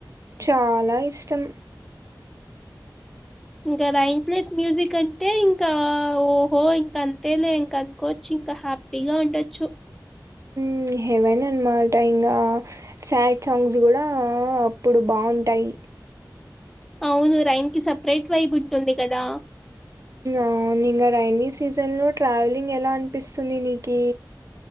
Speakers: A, on the right (about 45°); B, in the centre.
A: చాలా ఇష్టం
B: ఇంకా రెయిన్ ప్లస్ మ్యూజిక్ అంటే ఇంకా ఓహో ఇంకా అంతే లే ఇంక అనుకోచ్చి ఇంకా హ్యాపీగా ఉండొచ్చు
A: ఉమ్ హెవన్ అనమాట ఇంకా సాడ్ సాంగ్స్ కూడా అప్పుడు బాగుంటాయి
B: అవును రెయిన్కి సపరేట్ వైబ్ ఉంటుంది కదా
A: అవును ఇంకా రెయినీ సీజన్ లో ట్రావెలింగ్ ఎలా అనిపిస్తుంది నీకి